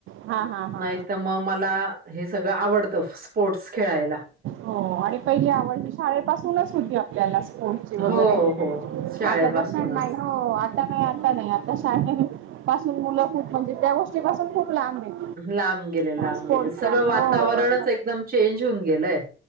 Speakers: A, on the right (about 85°); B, on the right (about 50°).
A: हा हा हा
B: नाही तर मग मला. हे सगळं आवडतं स्पोर्ट्स खेळायला.
A: हो आणि पहिली आवड शाळेपासूनच होती आपली त्याला स्पोर्टची वगैरे
B: हो, हो. शाळेपासूनच.
A: आता तस नाही. हो आता काही आता नाही आता शाळे पासून मुलं खूप म्हणजे त्या गोष्टी पाासून खूप लांब आहेत.
B: लांब गेले लांब
A: स्पोर्टच्या
B: गेले सगळं वातावरणच
A: हो
B: एकदम चेंज होऊन गेलंय.